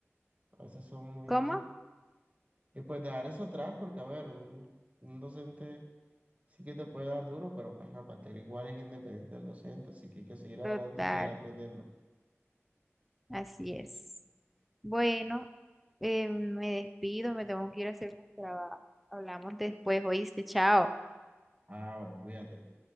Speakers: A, on the right; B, in the centre.
A: A veces son muy...
B: ¿Cómo?
A: Y pues dejar eso atrás, porque a ver, un, un docente sí que te puede dar duro, pero pues la materia igual es independiente del docente, así que hay que seguir adelante
B: Total,
A: y seguir aprendiendo.
B: así es. Bueno, em, me despido, me tengo que ir a hacer unos trabajos. Hablamos después, oíste, chao.
A: Ah, cuídate.